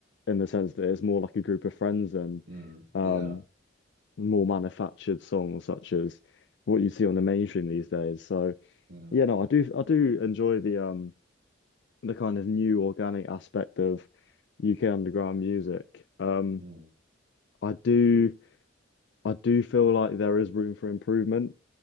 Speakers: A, on the left; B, on the right.
A: in the sense that it's more like a group of friends and
B: Mm.
A: um
B: Yeah.
A: more manufactured songs such as what you see on the mainstream these days. So
B: Mm.
A: yeah, no, I do I do enjoy the um the kind of new organic aspect of UK underground music. Um
B: Mm.
A: I do I do feel like there is room for improvement